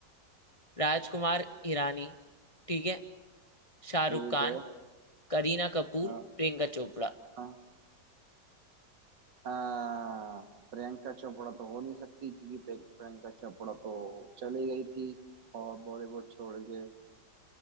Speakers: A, on the left; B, on the right.
A: राजकुमार
B: हाँ,
A: हिरानी ठीक है शाहरुख
B: ठीक
A: खान
B: है
A: करीना कपूर
B: हाँ
A: प्रियंका चोपड़ा
B: हाँ हाँ प्रियंका चोपड़ा तो हो नहीं सकती क्योंकि प्रिय- प्रियंका चोपड़ा तो चली गई थी और बॉलीवुड छोड़ के